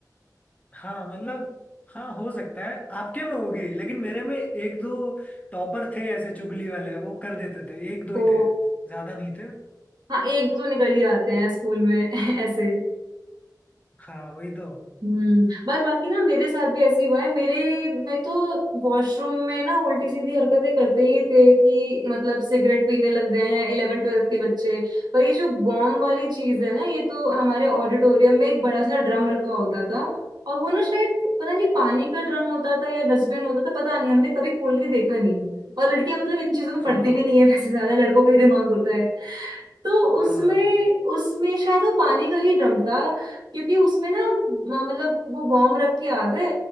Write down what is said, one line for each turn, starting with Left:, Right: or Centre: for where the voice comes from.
Left: हाँ मतलब हाँ हो सकता है आपके में होगी लेकिन मेरे में एक दो टॉपर थे ऐसे चुगली वाले वो कर देते थे एक दो
Right: ओ
Left: ही थे ज्यादा नहीं थे
Right: हाँ एक दो तो निकल ही आते हैं स्कूल में <laughs> ऐसे
Left: हाँ वही तो
Right: हम्म पर बाकी ना मेरे साथ भी ऐसे ही हुआ है मेरे मैं तो वॉशरूम में ना उल्टी सीधी हरकतें करते ही थे कि मतलब सिगरेट पीने लग गए हैं इलेवन ट्वेल्थ के बच्चे पर ये जो बॉम्ब वाली चीज है ना ये तो हमारे ऑडिटोरियम में एक बड़ा सा ड्रम रखा होता था और वो ना शायद पता नहीं पानी का ड्रम होता था या डस्टबिन होता था पता नहीं हमने कभी खोल के देखा नहीं और लड़कियां मतलब इन चीजों में
Left: हाँ
Right: पढ़ती भी नहीं है वैसे ज्यादा लड़कों का ही दिमाग होता है तो उसमें
Left: हाँ
Right: उसमें शायद वो पानी का ही ड्रम था क्योंकि उसमें ना म- मतलब वो बॉम्ब रख के आ गए